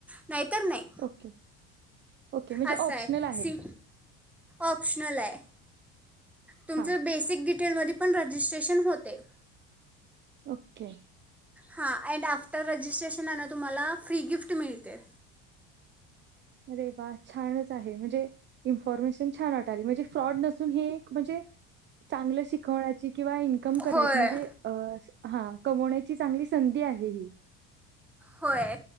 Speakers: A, in the centre; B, on the right (about 35°).
A: नाहीतर नाही
B: ओके ओके म्हणजे
A: अससं
B: ऑप्शनल
A: आहे सि ऑप्शनल आहे. तुमचं
B: हां
A: बेसिक टेलमध्ये पण रजिस्ट्रेशन होते.
B: ओके
A: हा अँड आफ्टर रजिस्ट्रेशन तुम्हाला फ्री गिफ्ट मिळते.
B: अरे बा छानच आहे म्हणजे इन्फॉर्मेशन छान वाट म्हणजे फ्रॉड नसुन हे म्हणजे चागलं शिकवण्याची किंवा कम करायची
A: होय
B: म्हणजे अ हा कमवण्याची चांगली संधी आहे ही
A: होय